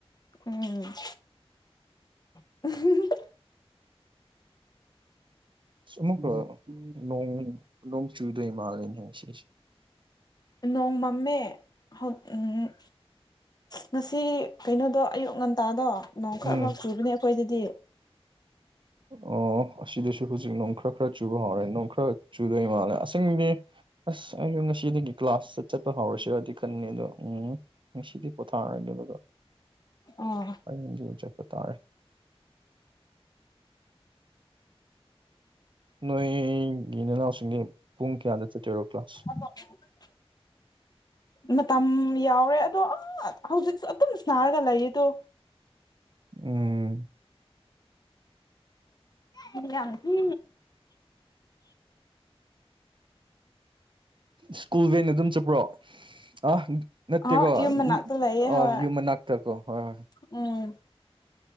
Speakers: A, on the left; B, on the right.
A: ꯎꯝ ꯎꯝ ꯍꯝ ꯍꯝ
B: ꯁ ꯑꯃꯨꯛꯀ ꯅꯣꯡ ꯅꯣꯡ ꯆꯨꯗꯣꯏ ꯃꯥꯂꯦꯅꯦ ꯉꯥꯁꯤꯁꯦ
A: ꯅꯣꯡ ꯃꯝꯃꯦ ꯍꯧ ꯎꯝ ꯉꯁꯤ ꯀꯩꯅꯣꯗꯣ ꯑꯌꯨꯛ ꯉꯟꯇꯥꯗꯣ ꯅꯣꯡ ꯈꯔ
B: ꯎꯝ
A: ꯈꯛ ꯆꯨꯕꯅꯦ ꯑꯩꯈꯣꯏꯗꯗꯤ
B: ꯑꯣ ꯑꯁꯤꯗꯁꯨ ꯍꯧꯖꯤꯛ ꯅꯣꯡ ꯈꯔ ꯈꯔ ꯆꯨꯕ ꯍꯧꯔꯦ ꯅꯣꯡ ꯈꯔ ꯆꯨꯗꯣꯏ ꯃꯥꯜꯂꯦ ꯑꯁꯤꯡꯗꯤ ꯑꯁ ꯑꯩꯁꯨ ꯉꯁꯤꯗꯒꯤ ꯀ꯭ꯂꯥꯁ ꯁꯦ ꯆꯠꯄ ꯍꯧꯔꯁꯤꯔꯗꯤ ꯈꯟꯅꯤ ꯑꯗꯣ ꯎꯝ ꯉꯁꯤꯗꯤ ꯄꯣꯊꯥꯔꯒꯦ ꯑꯗꯨꯒ
A: ꯑꯣ
B: ꯑꯩꯌꯦꯡꯗꯩ ꯑꯣꯏ ꯆꯠꯄ ꯇꯥꯔꯦ ꯅꯣꯏꯒꯤ ꯅꯅꯥꯎꯁꯤꯡꯗꯤ ꯄꯨꯡ ꯀꯌꯥꯗ ꯆꯠꯇꯣꯏꯔꯣ ꯀ꯭ꯂꯥꯁ
A: <inaudible> ꯃꯇꯝ ꯌꯥꯎꯔꯦ ꯑꯗꯣ ꯑ ꯍꯧꯖꯤꯛꯁꯨ ꯑꯗꯨꯝ ꯁꯅꯥꯔꯒ ꯂꯩꯌꯦꯗꯣ
B: ꯎꯝ
A: ꯍ ꯌꯥꯝꯁꯤ
B: ꯁ꯭ꯀꯨꯜ ꯚꯦꯟ ꯑꯗꯨꯝ ꯆꯠꯄ꯭ꯔꯣ ꯑ ꯅꯠꯇꯦꯀꯣ
A: ꯑ ꯌꯨꯝ ꯃꯅꯥꯛꯇ ꯂꯩꯌꯦ ꯍꯣꯏ
B: ꯑ ꯌꯨꯝ ꯃꯅꯥꯛꯇꯀꯣ ꯍꯣꯏ ꯍꯣꯏ
A: ꯎꯝ <inaudible>